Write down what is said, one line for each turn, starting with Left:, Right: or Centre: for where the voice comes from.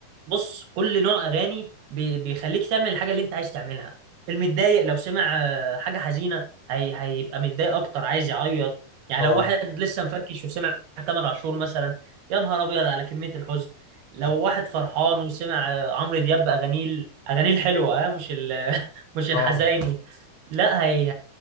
Right: بص كل نوع أغاني بي... بيخليك تعمل الحاجة اللي أنت عايز تعملها المتضايق لو سمع آه، حاجة حزينة هي... هيبقى متضايق أكتر عايز يعيط يعني
Left: اه
Right: لو واحد لسه مفركش وسمع تامر عاشور مثلا يا نهار أبيض على كمية الحزن لو
Left: أك-
Right: واحد فرحان وسمع آه، عمرو دياب أغانيه ال- أغانيه الحلوة آه، مش ال... <laughs> مش
Left: اه
Right: الحزيني لا هي